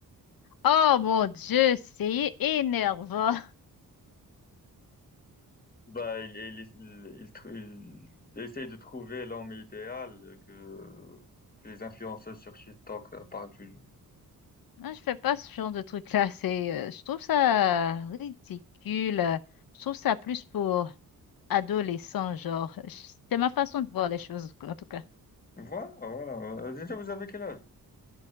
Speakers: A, on the left; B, on the left.
A: Oh mon Dieu, c'est énervant.
B: Bah, il, il, il, il trou- il essaye de trouver l'homme idéal que, que les influenceuses sur TikTok euh, parlent toujours.
A: Non, je fais pas ce genre de truc-là. C'est, euh, je trouve ça ridicule. Euh, Je trouve ça plus pour adolescents, genre. C'est ma façon de voir les choses, en tout cas.
B: Voilà, voilà. Euh, Déjà, vous avez quel âge?